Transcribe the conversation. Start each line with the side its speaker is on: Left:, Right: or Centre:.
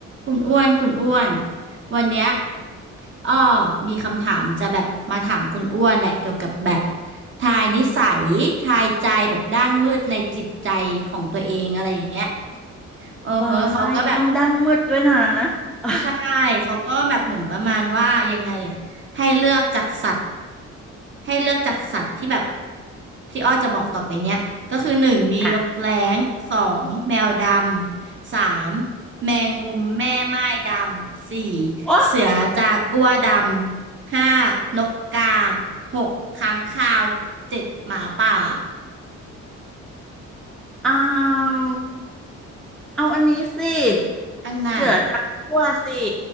Right: คุณอ้วน คุณอ้วน วันเนี้ยอ้อมีคำถามจะแบบมาถามคุณอ้วนแหละ เกี่ยวกับแบบทายนิสัยทายใจแบบด้านมืดในจิตใจของตัวเองอะไรอย่างเงี้ยเออเฮ้อเขาก็แบบ
Centre: วายต้องด้านมืดด้วยนะ <laughs>
Right: ใช่ เขาก็แบบเหมือนประมาณว่า ยังไงอะให้เลือกจากสัตว์ ให้เลือกจากสัตว์ที่แบบพี่อ้อจะบอกต่อไปเนี้ยก็คือหนึ่งมีนกแร้งสองแมวดำสาม
Centre: อ่ะ
Right: แมงมุมแม่ไม่ดำสี่
Centre: โอ้
Right: เสือจากัวดำห้านกกาหกค้างคาวเจ็ดหมาป่า
Centre: เอาเอาอันนี้สิ
Right: อันไหน
Centre: เสือจับขั้วสิ